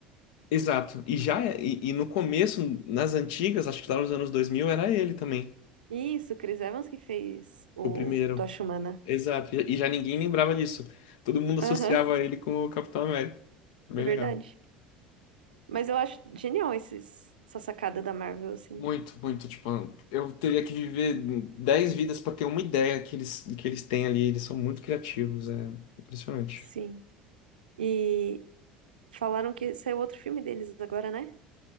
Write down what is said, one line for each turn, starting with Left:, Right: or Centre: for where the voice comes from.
Left: Exato. E já é, e, e no começo, nas antigas, acho que lá nos anos 2000, era ele também.
Right: Isso, Chris Evans que fez o
Left: O primeiro.
Right: Tocha Humana.
Left: Exato. E já ninguém lembrava disso. Todo mundo associava
Right: Aham,
Left: ele com o Capitão América. Bem
Right: é verdade.
Left: legal.
Right: Mas eu acho genial esses, essa sacada da Marvel, assim.
Left: Muito, muito. Tipo, eu teria que viver 10 vidas para ter uma ideia que eles, que eles têm ali. Eles são muito criativos, é impressionante.
Right: Sim. E falaram que saiu outro filme deles agora, né?